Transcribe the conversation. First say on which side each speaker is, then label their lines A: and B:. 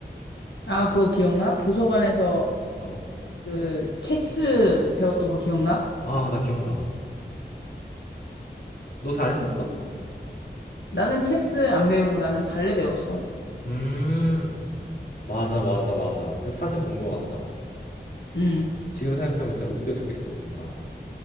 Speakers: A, on the left (about 80°); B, on the left (about 55°).
A: 아,
B: 어,
A: 그거 기억나? 도서관에서
B: 어.
A: 그 체스 배웠던 거 기억나?
B: 아, 나 기억나. 너 잘했었어?
A: 나는 체스 안 배우고 나는 발레 배웠어.
B: 음, 맞아, 맞아, 맞아. 그래서 사진 본 거 같다.
A: 응.
B: 지금 생각하면 진짜 웃겨 죽겠어, 진짜.